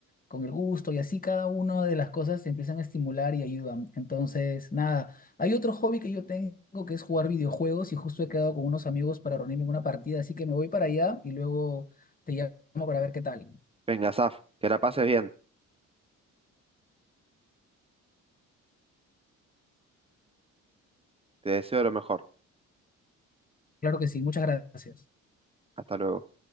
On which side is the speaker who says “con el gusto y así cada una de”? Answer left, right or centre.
Left